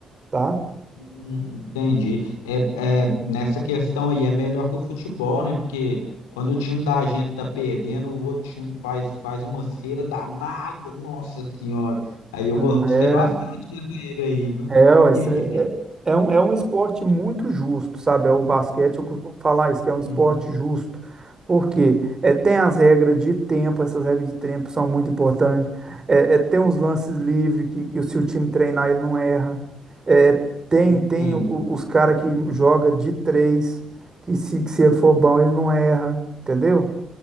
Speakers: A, on the right; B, on the left.
A: tá?
B: Hum, Entendi. É, é, nessa questão aí é melhor que o futebol, né? Porque quando o time da gente tá perdendo, o outro time faz, faz uma cera danada, nossa senhora. Aí eu
A: Hum,
B: gostei
A: é
B: bastante dessa regra aí, viu?
A: É, ué,
B: E,
A: isso é,
B: e,
A: é é um, é um esporte muito justo, sabe? É O basquete, eu costumo falar isso, que é um esporte
B: Uhum,
A: justo. Porque é, tem as regras de tempo, essas regras de tempo são muito importantes. É, é, tem os lances livres, que, que se o time treinar, ele não erra. É, é, tem
B: Entendi,
A: tem o- o- os caras que joga de três, que se, que se ele for bom, ele não erra, entendeu?